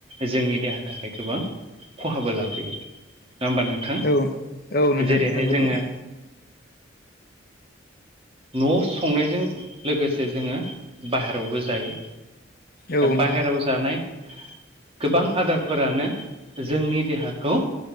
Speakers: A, on the right; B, on the left.
A: जोंनि देहानि थाखाय गोबां खहाबो लाबोयो नङा होमबा नों थां
B: औ औ नोंथां
A: जेरैहाय
B: नंगौ
A: जोङो
B: नोंथां
A: न'आव संनायजों लोगोसे जोङो बाहेरायावबो जायो।
B: औ नोंथां
A: बाहेरायाव जानाय गोबां आदारफोरानो जोंनि देहाखौ